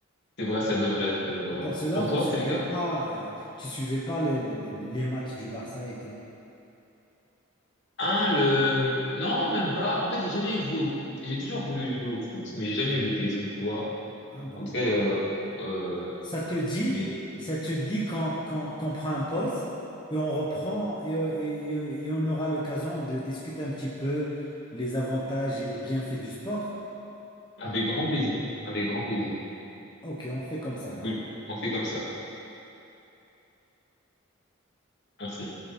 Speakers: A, on the left; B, on the left.
A: c'est vrai, ça devrait, ça devrait.
B: C'est Pour cela,
A: Pour
B: vous
A: toi,
B: suivez
A: c'est le cas?
B: pas, euh, tu suivais pas les, les- les- les matchs du Barça et tout.
A: Ah, le, non, même pas. En fait, j'ai jamais joué au foot. J'ai toujours voulu jouer au foot, mais j'ai jamais eu l'occasion de pouvoir.
B: Ah bon.
A: En tout cas, euh, euh,
B: Ça te dit,
A: mais
B: ça te dit qu'on qu'on- qu'on prend un pause et on reprend et, et- et on aura l'occasion de discuter un petit peu les avantages et les bienfaits du sport.
A: avec grand plaisir, avec grand plaisir.
B: Ok, on fait comme ça alors.
A: Cool. On fait comme ça. Merci.